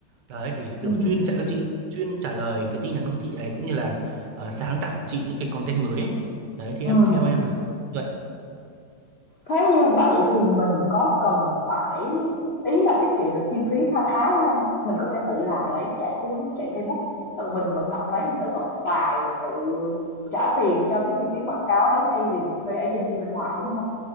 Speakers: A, on the right; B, on the left.
A: đấy để
B: ừ
A: kiểu chuyên trả cho chị chuyên trả lời cái tin nhắn của chị này cũng như là ờ, sáng tạo chị những cái content mới ấy. đấy thì
B: ừ
A: em theo em là vậy
B: Thế như vậy thì mình có cần phải ý là tiết kiệm được chi phí kha khá, đúng không? Mình có thể tự làm lấy, chạy cái vấn chạy Facebook, tự mình vận động lấy, mình tự up bài rồi tự trả tiền cho cái chi phí quảng cáo đấy thay vì mình thuê agency bên ngoài, đúng không?